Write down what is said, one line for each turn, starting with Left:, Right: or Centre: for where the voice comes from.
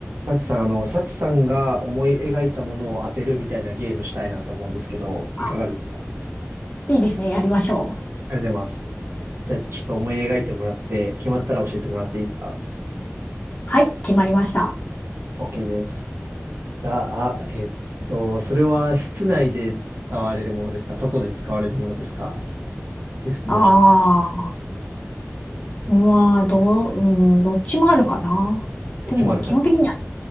Right: サチさん、あの、サチさんが思い描いたものを当てるみたいなゲームしたいなと思うんですけど、いかがですかありが
Left: あ、いいですね。やりましょう。
Right: とうございます。じゃあ、ちょっと思い描いてもらって、決まったら教えてもらっていいですか
Left: はい、決まりました。
Right: ?OK です。じゃあ、えっと、それは室内で使われるものですか外で使われるものですか ?Yes,
Left: あ
Right: No じゃない。
Left: あ、まあ、どう、うん、どっちもあるかな。
Right: どっちもある感じ。
Left: でも、基本的には